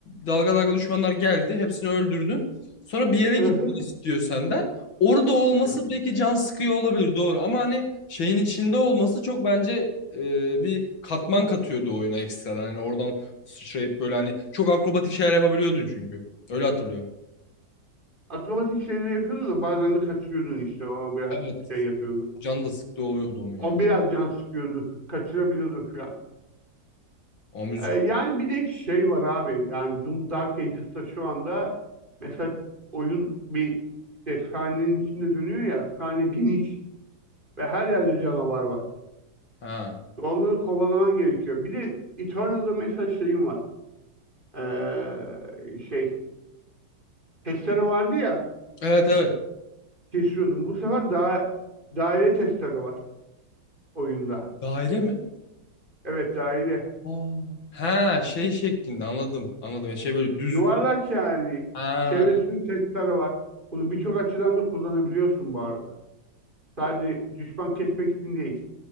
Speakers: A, on the left (about 85°); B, on the right (about 25°).
A: dalga dalga düşmanlar geldi. Hepsini öldürdün. Sonra bir yere gitmek
B: Hı hı.
A: istiyor senden. Orada olması
B: Evet.
A: belki can sıkıyor olabilir doğru. Ama hani şeyin içinde olması çok bence e, bir katman katıyordu oyuna ekstradan. Hani oradan sıçrayıp böyle hani çok akrobatik şeyler yapabiliyordun çünkü. Öyle hatırlıyorum.
B: Akrobatik şeyleri yapıyordu da bazen de kaçırıyordun işte. O biraz
A: Evet.
B: şey yapıyordu.
A: Can da sıktı oluyordu onun
B: O
A: ya.
B: biraz can sıkıyordu. Kaçırabiliyordu falan.
A: O müzik.
B: Ee, yani bir de şey var abi. Yani Doom Dark Ages'ta şu anda mesela oyun bir işte sahnenin içinde dönüyor ya. Sahne geniş ve her yerde canavar var.
A: Ha.
B: Ve onları kovalaman gerekiyor. Bir de Eternal'da mesela şeyim var. Ee, şey testere vardı ya
A: Evet evet.
B: kesiyordum. Bu sefer daha daire testere var oyunda.
A: Daire mi?
B: Evet daire.
A: Aa. Ha şey şeklinde anladım. Anladım. ya şey böyle düz.
B: Yuvarlak yani.
A: Ha.
B: Çevresinin testere var. Bunu birçok açıdan da kullanabiliyorsun bu arada. Sadece düşman kesmek için değil.